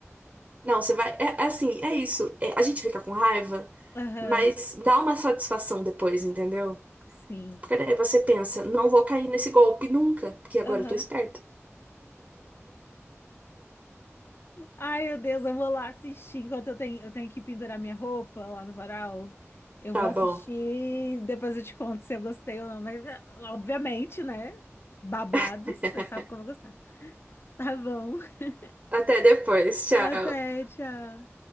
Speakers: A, on the right (about 30°); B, on the left (about 50°).
A: Não, você vai. É, é assim, é isso. É, a gente fica com raiva,
B: Aham,
A: mas dá uma satisfação depois, entendeu?
B: sim.
A: Porque daí você pensa, não vou cair nesse golpe nunca, porque agora
B: Aham.
A: eu tô esperto.
B: Ai, meu Deus, eu vou lá assistir. Enquanto eu tenho, eu tenho que pendurar minha roupa lá no varal, eu
A: Tá
B: vou assistir.
A: bom.
B: Depois eu te conto se eu gostei ou não. Mas, é, obviamente, né? Babados,
A: <laughs>
B: você sabe que eu vou gostar. Tá bom. <laughs>
A: Até depois. Tchau.
B: Até, tchau.